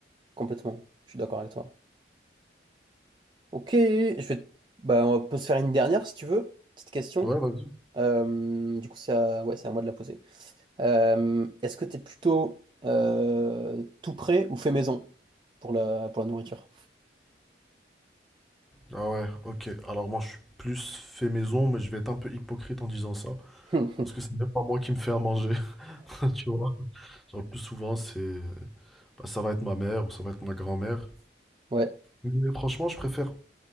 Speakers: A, on the right; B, in the centre.
A: complètement. Je suis d'accord avec toi. Ok, je vais, te- bah, on peut se faire une dernière, si tu veux. Petite question.
B: Ouais, vas-y.
A: Euh, du coup, c'est à, ouais, c'est à moi de la poser. Euh, est-ce que t'es plutôt euh, tout prêt ou fait maison pour la, pour la nourriture?
B: Ah ouais, ok. Alors, moi, je suis plus fait maison, mais je vais être un peu hypocrite en disant ça.
A: <laughs>
B: Parce que c'est même pas moi qui me fais à manger, <laughs> tu vois. Genre, le plus souvent, c'est, bah, ça va être ma mère ou ça va être ma grand-mère.
A: Ouais.
B: Mais franchement, je préfère